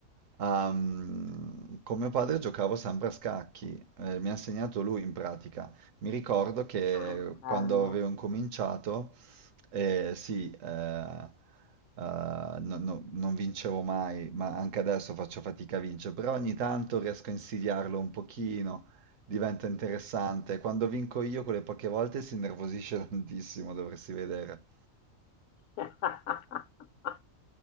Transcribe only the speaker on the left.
Ah, eh, bello.
<laughs>